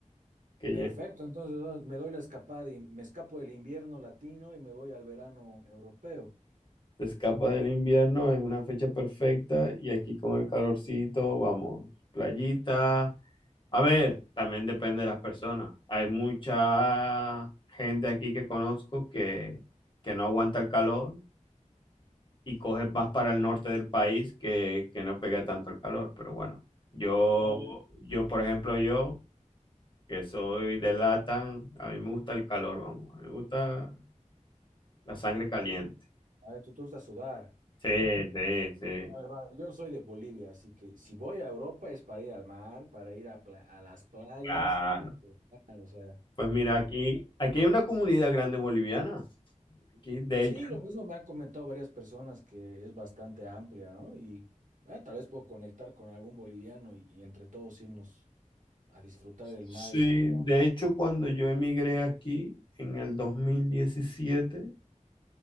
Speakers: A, on the left; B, on the right.
A: que
B: Perfecto,
A: ya
B: entonces ah, me doy la escapada y me escapo del invierno latino y me voy al verano europeo.
A: te escapa del invierno, es una fecha perfecta y aquí con el calorcito, vamos, playita. A ver, también depende de las personas. Hay mucha gente aquí que conozco que, que no aguanta el calor y coges más para el norte del país que, que no pega tanto el calor. Pero bueno, yo,
B: No, no.
A: yo, por ejemplo, yo que soy de Latam, a mí me gusta el calor, vamos, a mí me gusta la sangre caliente.
B: A ver, tú te gusta sudar.
A: Sí, sí, sí,
B: A ver, va, yo soy de Bolivia, así que si voy a Europa es para ir al mar, para ir a, pla- a las playas
A: claro.
B: y disfrutar, o sea,
A: Pues mira,
B: no.
A: aquí, aquí hay una comunidad grande boliviana. Aquí, de
B: Sí,
A: hecho,
B: lo mismo me han comentado varias personas que es bastante amplia, ¿no? Y bueno, tal vez puedo conectar con algún boliviano y, y entre todos irnos a disfrutar del
A: sí,
B: mar y la playa.
A: de hecho, cuando yo emigré aquí en el 2017,